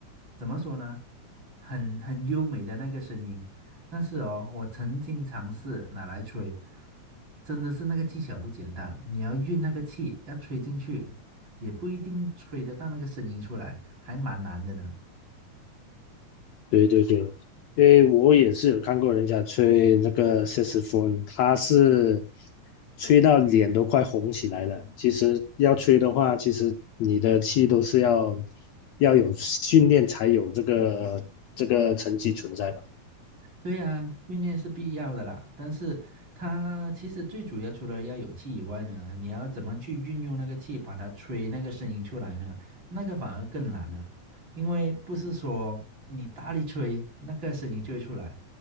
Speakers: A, on the right; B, on the left.
A: 怎么说呢，很很优美的那个声音，但是哦，我曾经尝试拿来吹，真的是那个技巧不简单，你要运那个气，要吹进去，也不一定吹得到那个声音出来，还蛮难的呢。
B: 对对对，因为我也是有看过人家吹那个萨克斯风，他是吹到脸都快红起来了。其实要吹的话，其实你的气都是要要有训练才有这个这个成绩存在吧？
A: 对呀，训练是必要的啦，但是它其实最主要除了要有气以外呢，你要怎么去运用那个气，把它吹那个声音出来呢？那个反而更难了，因为不是说你大力吹那个声音就会出来，